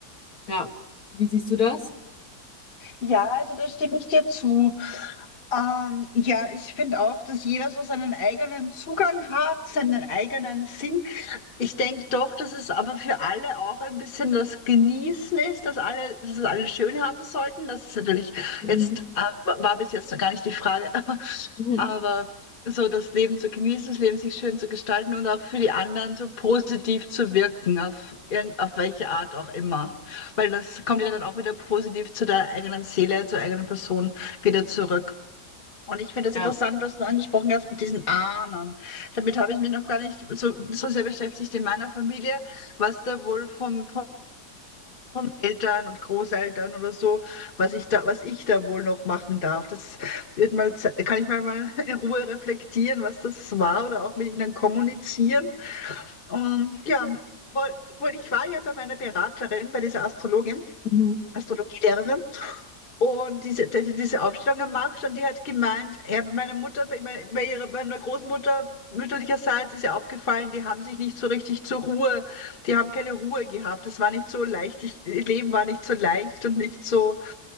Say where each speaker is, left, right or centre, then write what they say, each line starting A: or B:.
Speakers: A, on the left; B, on the left.
A: ja. Wie siehst du das?
B: Ja, also da stimme ich dir zu. Ähm, ja, ich finde auch, dass jeder so seinen eigenen Zugang hat, seinen eigenen Sinn. Ich denke doch, dass es aber für alle auch ein bisschen das Genießen ist, dass alle, dass es alle schön haben sollten. Das ist natürlich
A: Mhm.
B: jetzt, äh, war bis jetzt noch gar nicht die Frage, <laughs> aber,
A: Mhm.
B: aber so das Leben zu genießen, das Leben sich schön zu gestalten und auch für die anderen so positiv zu wirken, auf irgend, auf welche Art auch immer. Weil das kommt ja dann auch wieder positiv zu der eigenen Seele, zur eigenen Person wieder zurück. Und ich finde das
A: Ja.
B: interessant, was du angesprochen hast mit diesen Ahnern. Damit habe ich mich noch gar nicht so, so sehr beschäftigt in meiner Familie, was da wohl vom, von Eltern und Großeltern oder so, was ich da, was ich da wohl noch machen darf. Das wird mal, ze- kann ich mal, mal in Ruhe reflektieren, was das war oder auch mit ihnen kommunizieren. Und ja, wohl, wohl ich war ja bei meiner Beraterin, bei dieser Astrologin,
A: Mhm.
B: Astrologielehrerin. Und diese, dass ich diese Aufstellung gemacht und die hat gemeint, ja, bei meiner Mutter, bei, mei- bei ihrer, bei meiner Großmutter mütterlicherseits ist ihr aufgefallen, die haben sich nicht so richtig zur Ruhe, die haben keine Ruhe gehabt. Das war nicht so leicht, ich, ihr Leben war nicht so leicht und nicht so